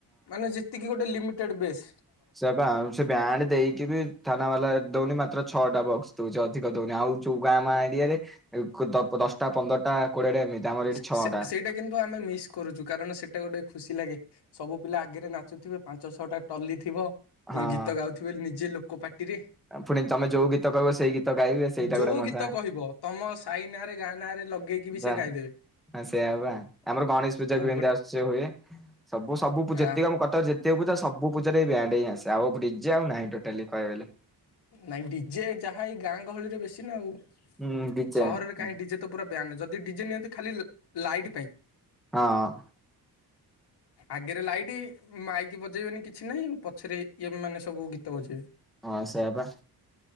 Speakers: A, on the left; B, in the centre.
A: ମାନେ ଯେତିକି ଗୋଟେ ଲିମି ଟେଡ ବେଶ୍
B: ସ ବା ଆ ସେ ବ୍ୟାଣ୍ଡ ଦେଇକ ବି ଥାନା ବାଲା ଦଉନି ମାତ୍ର ଛଅଟା ବକ୍ସ ଦଉଛି ଅଧିକ ଦଉନି ଆଉ ଯୋଉ ଗାଁ ମା ଏରିଆରେ ଦଶଟା ପନ୍ଦରଟା କୋଡିଏଟା ଏମିତି ଆମର ଏଠି
A: ସେ
B: ଛଅଟା।
A: ସେ ସେଇଟା କିନ୍ତୁ ଆମେ ମିସ୍ କରୁଛୁ କାରଣ ସେଇଟା ଗୋଟେ ଖୁସି ଲାଗେ ସବୁ ପିଲା ଆଗେରେ ନାଚୁଥିବେ। ପାଞ୍ଚ ଛଅଟା ଟଲି ଥିବ।
B: ହଁ
A: ଗୀତ ଗାଉଥିବେ ନିଜେ ଲୋ କୋ ପା ଟିରେ
B: ପୁଣି ତମେ ଯୋଉ ଗୀତ କହିବ ସେଇ ଗୀତ ଗାଇବେ ସେଇଟା
A: ଯୋଉ
B: ଗୋଟେ ମଜା
A: ଗୀତ କହିବ ତମ ସାଇ ନାଁରେ ଗାଁ ନାଁରେ ଲଗେଇକି ବି
B: ବା
A: ସେ ଗାଇଦେବେ।
B: ସେଇଆା ବା ଆମର ଗଣେଶ ପୂଜାକୁ
A: ହଁ
B: ଏମତି
A: ଗୋଟେ
B: ଆସୁଛି ହୁଏ ସବୁ ସବୁ ପୁ
A: ଆ
B: ଯେତିକ ଆମ କଟକରେ ଯେ ତିକ ପୂଜା ସବୁ ପୂଜାରେ ଏଇ ବ୍ୟାଣ୍ଡ ହିଁ ଆସେ ଆଉ ଡିଜେ ଆଉ ନାହିଁ ଟୋଟାଲି କହି ବେଲେ।
A: ନାଇଁ ଡିଜେ ଯାହା ଏଇ ଗାଁ ଗହଳିରେ ବେଶୀ ନା ଆଉ
B: ହୁଁ ଡିଜେ
A: ସହରରେ
B: ଆଚ୍ଛା
A: କାଇଁ ଡିଜେ ତ ପୁରା ବ୍ୟାନ୍ ଯଦି ଡିଜେ ନିଅନ୍ତି ଖାଲି ଲାଇଟ୍ ପାଇଁ
B: ହଁ
A: ଆଗେରେ ଲାଇଟ ମାଇକି ବଜେଇବେନି କିଛି ନାହିଁ ପଛରେ ଏମାନେ ସବୁ ଗୀତ ବଜେଇବେ।
B: ହଁ ସେଇଆ ବା